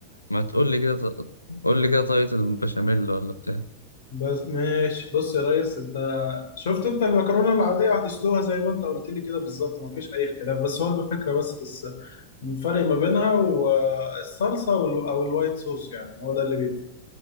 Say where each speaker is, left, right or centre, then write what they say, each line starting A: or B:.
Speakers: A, on the left; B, on the left.
A: ما تقول لي كده ط- قول لي كده طريقة البشاميل ولا بتاع
B: بس ماشي بص يا ريس أنت شفت أنت المكرونة العادية هتسلقها زي ما أنت قلت لي كده بالظبط مفيش أي اختلاف بس هو الفكرة بس بس الفرق ما بينها والصلصة وال- أو الوايت صوص يعني هو ده اللي بيفرق